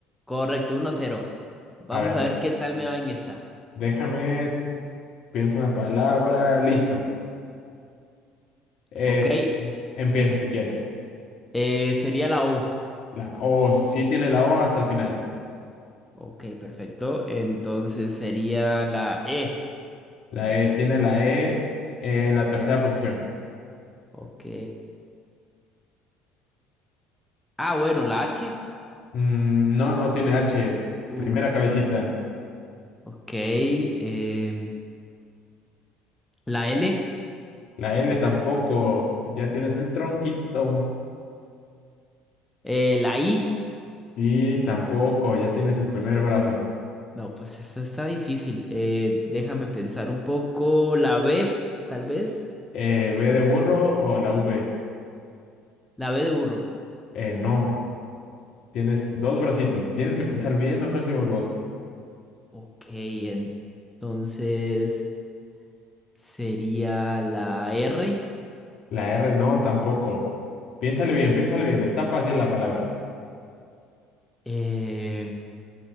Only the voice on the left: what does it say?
A ver,
déjame, pienso una palabra, listo. Eh,
empieza si quieres.
La O, sí tiene la O hasta el final.
La E tiene la E en la tercera posición.
Mm, no, no tiene H,
primera cabecita.
La L tampoco, ya tienes el tronquito.
Y tampoco, ya tienes el primer brazo.
Eh, ¿B de burro o la V?
Eh, no. Tienes dos bracitos. Tienes que pensar bien los últimos dos.
La R no, tampoco. Piénsale bien, piénsale bien. Está fácil la palabra.